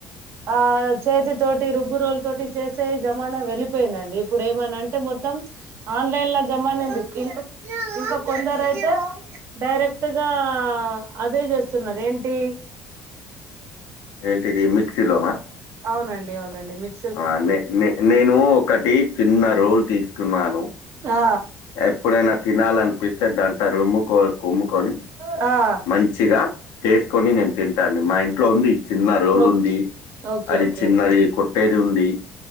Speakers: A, on the right; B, on the left.
A: ఆ చేతి తోటి రుబ్బు రోలు తోటి చేసే జమానా వెళ్ళిపోయిందండి ఇప్పుడు ఏమనంటే మొత్తం ఆన్లైన్ ల జమానేందుక్ ఇంక ఇంకా కొందరైత్ తె డైరెక్ట్ గా అదే చేస్తున్నరు ఏంటి
B: ఏంటిది మిక్సీలోనా
A: అవునండి అవునండి మిక్
B: ఆ నే నే నేను ఒక్కటి చిన్న రోల్ తీసుకున్నాను
A: ఆ
B: ఎప్పుడైనా తినాలనిపిస్తే దంట రుమ్ముకో కుమ్ముకొని
A: ఆ
B: మంచిగ చేసుకొని నేను తింటా అండి మా ఇంట్లో ఉంది చిన్న రోలుంది
A: ఓకే ఓకే
B: అది
A: ఓకే
B: చిన్నది
A: ఓకే
B: కొట్టేది ఉంది